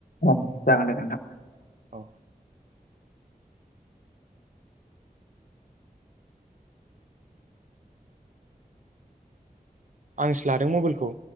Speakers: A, on the left; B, on the right.
A: अ जागोन दे नोंथां
B: औ आंसो लादों मबाइलखौ